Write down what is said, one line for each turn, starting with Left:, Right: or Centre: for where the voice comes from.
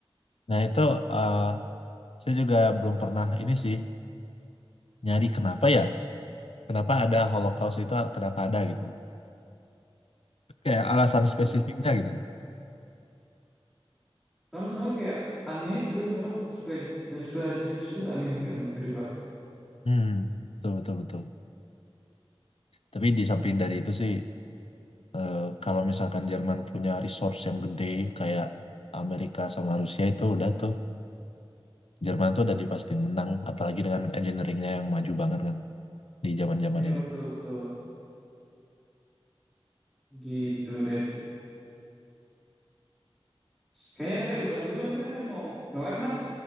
Left: Nah itu eh, saya juga belum pernah ini sih nyari kenapa ya? Kenapa ada Holocaust itu kenapa ada gitu? Kayak alasan spesifiknya
Centre: Hmm,
Left: gitu.
Centre: sama soalnya kayak aneh ya tiba-tiba ini orang nggak suka nggak suka Jews tuh aneh kadang tiba-tiba
Left: Hmm, betul betul betul. Tapi di samping dari itu sih, eh, kalau misalkan Jerman punya resource yang gede kayak Amerika sama Rusia itu udah tuh, Jerman tuh udah dipastikan menang, apalagi dengan engineeringnya yang maju banget kan di zaman-zaman
Centre: iya
Left: itu.
Centre: betul betul gitu deh kayaknya saya udah dulu ya mas saya saya mau nge-lab mas